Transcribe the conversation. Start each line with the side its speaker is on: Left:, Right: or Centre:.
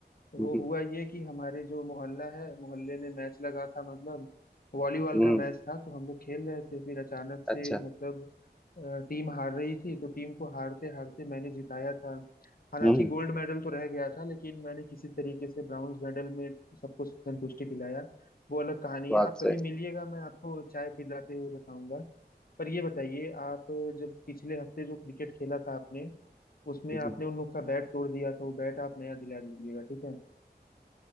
Left: वो
Centre: हम्म
Left: हुआ ये कि हमारे जो मोहल्ला है मोहल्ले में मैच लगा था मतलब वॉलीबॉल
Centre: हम्म,
Left: का मैच था तो हम लोग खेल रहे थे फिर अचानक से
Centre: अच्छा
Left: मतलब टीम हार रही थी तो टीम को हारते हारते मैंने जिताया था हालांकि
Centre: हम्म
Left: गोल्ड मेडल तो रह गया था लेकिन मैंने किसी तरीके से ब्राउन्स मेडल में सबको संतुष्टि दिलाया वो अलग कहानी
Centre: बात
Left: है आप कभी
Centre: से
Left: मिलिएगा मैं आपको चाय पिलाते हुए बताऊंगा पर ये बताइए आप जब पिछले हफ्ते जो क्रिकेट खेला था आपने उसमें
Centre: हम्म।
Left: आपने उन लोग का बैट तोड़ दिया था वो बैट आप नया दिला दीजिएगा ठीक है